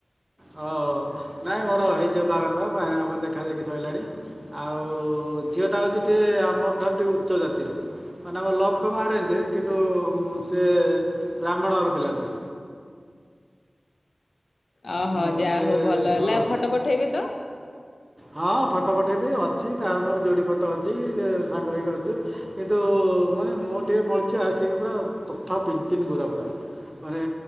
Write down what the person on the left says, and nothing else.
ଓହୋ,
ଯାହା
ହଉ ଭଲ ହେଲା
ଫଟ ପଠେଇବି ତ।